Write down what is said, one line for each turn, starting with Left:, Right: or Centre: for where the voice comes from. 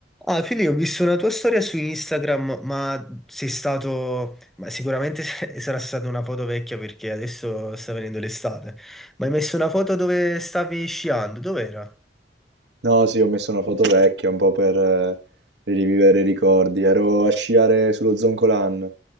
Centre: Ah, Fili, ho visto una tua storia su Instagram, ma sei stato... Ma sicuramente <laughs> sarà stata una foto vecchia perché adesso sta venendo l'estate. Ma hai messo una foto dove stavi sciando? Dov'era?
Right: No, sì, ho messo una foto vecchia un po' per eh, rivivere i ricordi. Ero a sciare sullo Zoncolan,